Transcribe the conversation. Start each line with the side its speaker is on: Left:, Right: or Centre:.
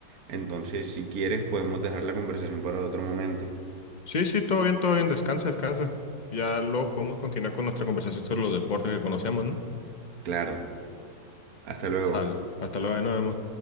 Right: Entonces, si quieres, podemos dejar la conversación para otro momento.
Left: Sí, sí, todo bien, todo bien, descansa, descansa. Ya luego podemos continuar con nuestra conversación sobre los deportes que conocemos, ¿no?
Right: Claro, hasta luego.
Left: Sale, hasta luego, ahí nos vemos.